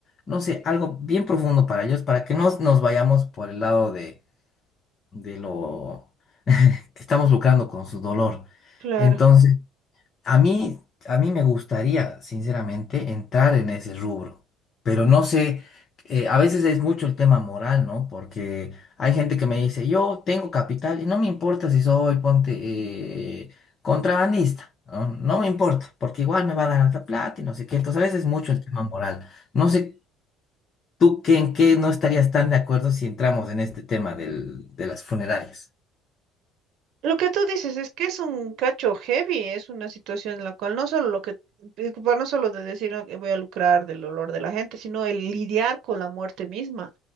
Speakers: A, on the left (about 40°); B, on the right (about 65°).
A: no sé, algo bien profundo para ellos, para que no nos vayamos por el lado de, de lo que estamos lucrando con su dolor.
B: claro.
A: Entonces, a mí, a mí me gustaría, sinceramente, entrar en ese rubro, pero no sé, eh, a veces es mucho el tema moral, ¿no? Porque hay gente que me dice, yo tengo capital y no me importa si soy, ponte, eh, contrabandista, ¿no? No me importa, porque igual me va a dar alta plata y no sé qué. Entonces, a veces es mucho el tema moral. No sé. ¿Tú qué, en qué no estarías tan de acuerdo si entramos en este tema del- de las funerarias?
B: Lo que tú dices es que es un cacho heavy, es una situación en la cual no solo lo que, preocupar no solo de decir "Ah, que voy a lucrar del dolor de la gente, sino el lidiar con la muerte misma.